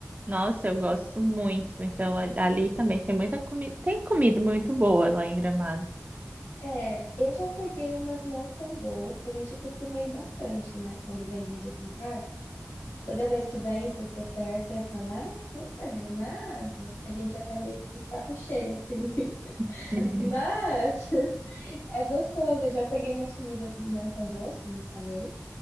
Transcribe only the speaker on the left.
é, eu já peguei umas não tão boas, que a gente costuma ir bastante, né? Quando vem gente aqui em casa. Toda vez que vem, por ser perto, aí fala, ah, vamos pra Gramado? A gente já tá meio de saco cheio, assim. <laughs>
Mas <laughs> é gostoso. Eu já peguei umas comidas não tão boas, como eu falei.